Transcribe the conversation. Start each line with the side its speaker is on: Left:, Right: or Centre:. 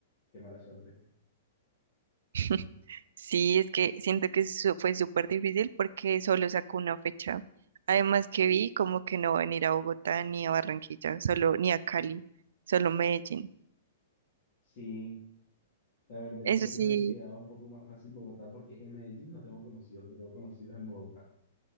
Left: qué mala suerte.
Right: <laughs> Sí, es que siento que eso fue súper difícil porque solo sacó una fecha. Además que vi como que no van a ir a Bogotá ni a Barranquilla, solo ni a Cali, solo Medellín.
Left: Sí, la verdad, yo
Right: Eso
Left: creo
Right: sí,
Left: que me quedaba un poco más fácil Bogotá porque en Medellín no tengo conocidos, pero tengo conocidos en Bogotá.